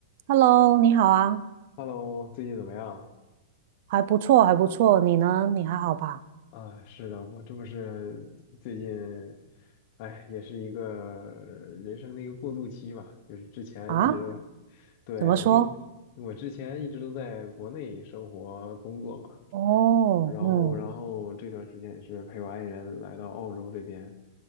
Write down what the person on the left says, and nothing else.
Hello，最近怎么样？
啊，是的，我这不是最近，哎，也是一个人生的一个过渡期吧。就是之前一直都，
对，
我有，我之前一直都在国内生活工作嘛，
然后，
然后这段时间也是陪我爱人来到澳洲这边，